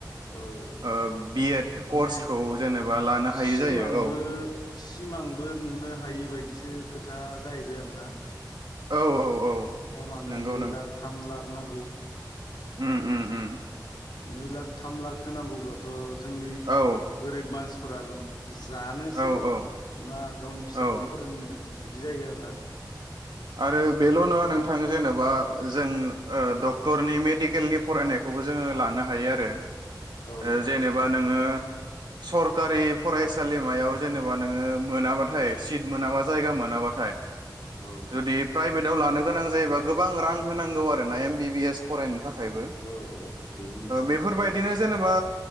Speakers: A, on the left (about 70°); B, on the right (about 75°).
A: औ औ
B: ओ बि एड
A: माने
B: कर्सखौ जेनेबा लानो
A: सिमांबो
B: हायै जायो औ
A: सिमांबो नुनो हायि बायदिसो खोथा जाहैबाय आरो ना
B: औ औ
A: खमानो
B: नंगौ
A: नै लाख थाम लाख नांगौ।
B: उ उ उ
A: नै लाख थाम लाख होनांगौब्लाथ' जोंनि
B: औ
A: गोरिब मानसि थुरान जानोसो
B: औ औ
A: ना गावनि फिसाखौ
B: औ
A: फोरोंनो । बिदि जायो आरो ना ।
B: आरो बेल' नङा नोंथां जेन'बा जों डक्टरनि मेडिकेलनि फरायनायखौबो जोङो लानो हायो आरो ।
A: औ
B: जेनेबा नोङो सरकारि फरायसालिमायाव जेनेबा नोङो मोनाबाथाय सिट मोनाबा जायगा मोनाबाथाय जुदि
A: औ
B: प्राइभेटाव लानो गोनां जायोबा गो गोबां रां होनांगौ आरोना एम बिबि एस फरायनो
A: औ औ बेबो मोनसे
B: बेफोरबायदिनो जेनेबा